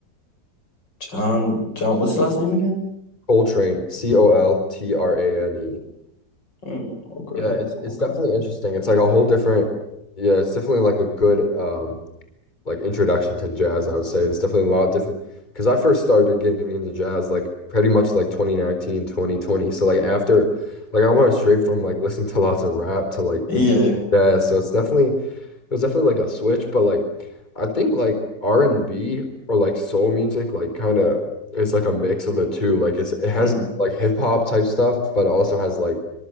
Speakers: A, on the left; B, on the left.
A: John John. What's his last name again?
B: Coltrane C O L T R A N E.
A: Mm, okay,
B: Yeah, it's it's
A: okay,
B: definitely interesting. It's like a whole different, yeah, it's definitely like a good um like introduction to jazz, I would say. It's definitely a lot different because I first started getting into jazz like pretty much like 2019 2020. So like after like I went straight from like listening to lots of rap to like
A: yeah.
B: into jazz. So it's definitely it was definitely like a switch, but like I think like R&B or like soul music like kind of is like a mix of the two. Like it's it has
A: Mhm.
B: like hip hop type stuff, but it also has like